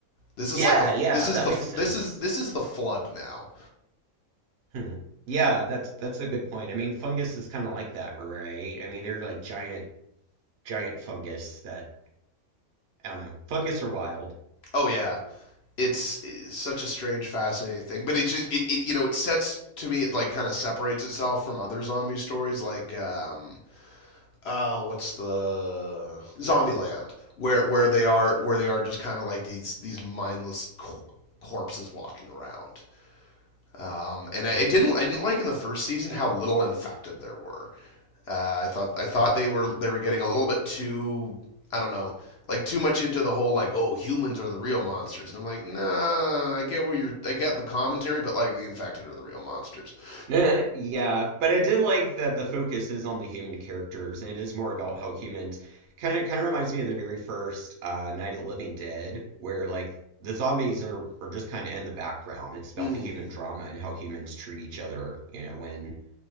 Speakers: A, on the left; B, on the right.
A: This is
B: yeah,
A: like the
B: yeah,
A: this is
B: that
A: the
B: makes sense.
A: this is this is the flood now.
B: Hmm. Yeah, that's that's a good point. I mean, fungus is kind of like that, right? I mean, they're like giant giant fungus that I don't know. Fungus are wild.
A: Oh yeah, it's, it's such a strange, fascinating thing. But it just it, it you know it sets to me it like kind of separates itself from other zombie stories like um uh, what's the Zombieland, where where they are where they are just kind of like these these mindless co- corpses walking around. Um, and I, I didn't I didn't like in the first season how little infected there were. Uh, I thought I thought they were they were getting a little bit too I don't know like too much into the whole like oh humans are the real monsters and I'm like nah I get where you're I get the commentary but like the infected are the real monsters. <laughs>
B: <laughs> Yeah, but I did like that the focus is on the human characters, and it is more about how humans kind of kind of reminds me of the very first uh, Night of the Living Dead, where like the zombies are are just kind of in the background. It's about
A: mm.
B: the human drama and how humans treat each other, you know, when